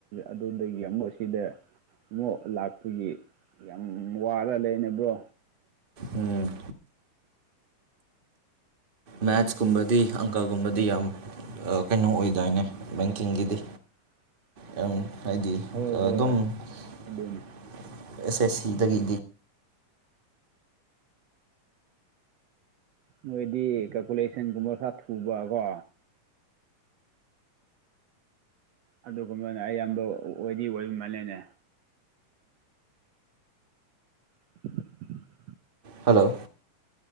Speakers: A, on the right; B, on the right.
A: ꯑꯗꯨꯗꯒꯤ ꯑꯃꯨꯛ ꯁꯤꯗꯥ ꯑꯃꯨꯛ ꯂꯥꯛꯄꯒꯤ ꯌꯥꯝ ꯋꯥꯔ ꯂꯩꯅꯦ ꯕ꯭ꯔꯣ
B: ꯎꯝ ꯃꯦꯠꯁꯀꯨꯝꯕꯗꯤ ꯑꯪꯀꯥꯒꯨꯝꯕꯗꯤ ꯌꯥꯝ ꯑꯥ ꯀꯩꯅꯣ ꯑꯣꯏꯗꯥꯏꯅꯦ ꯕꯦꯡꯀꯤꯡꯒꯤꯗꯤ
A: <inaudible>
B: ꯌꯥꯝ ꯍꯥꯏꯗꯤ
A: ꯍꯣꯏ ꯍꯣꯏ
B: ꯑꯗꯨꯝ ꯑꯦꯁ
A: ꯑꯗꯨꯅꯤ
B: ꯑꯦꯁ ꯁꯤꯗꯥꯒꯤꯗꯤ
A: ꯃꯣꯏꯗꯤ ꯀꯜꯀꯨꯂꯦꯁꯟꯒꯨꯝꯕ ꯈꯔ ꯊꯨꯕ ꯒꯣ ꯑꯗꯨꯒꯨꯝꯕꯅ ꯑꯌꯥꯝꯕ ꯑꯣꯏꯗꯤ ꯑꯣꯏꯕ ꯃꯥꯜꯂꯦꯅꯦ <inaudible>
B: ꯍꯜꯂꯣ